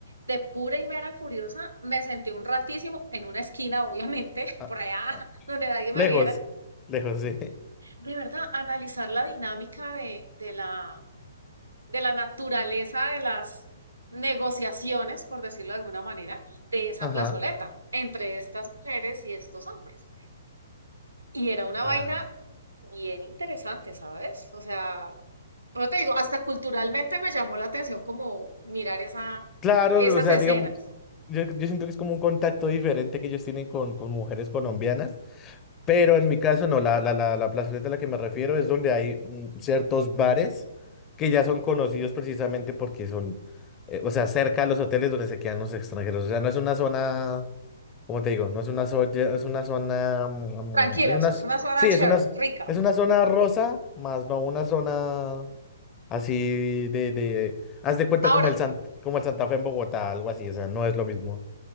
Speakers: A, on the right; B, on the left.
A: de pura y mera curiosa, me senté un ratísimo en una esquina, obviamente, <laughs>
B: Ah,
A: por allá
B: ah, ah.
A: donde nadie me
B: Lejos.
A: viera,
B: Lejos, sí.
A: de verdad, analizar la dinámica de, de la de la naturaleza de las negociaciones, por decirlo de alguna manera, de esa
B: Ajá.
A: plazoleta entre estas mujeres y estos hombres. Y era una
B: Ah.
A: vaina bien interesante, ¿sabes? O sea, pero te digo, hasta culturalmente me llamó la atención como mirar esa,
B: Claro,
A: esas
B: o sea,
A: escenas.
B: digamos, yo, yo siento que es como un contacto diferente que ellos tienen con, con mujeres colombianas, pero en mi caso no, la, la, la, la plazoleta a la que me refiero es donde hay mm, ciertos bares que ya son conocidos precisamente porque son, eh, o sea, cerca a los hoteles donde se quedan los extranjeros, o sea, no es una zona, ¿cómo te digo? No es una zona, es una zona, mm,
A: Tranquila,
B: es una,
A: o sea,
B: s-
A: es una zona
B: sí,
A: chévere,
B: es una, s-
A: rica.
B: es una zona rosa, más no una zona así Haz de cuenta
A: Ahora,
B: como el Sant- como el Santa Fe en Bogotá, algo así, o sea, no es lo mismo.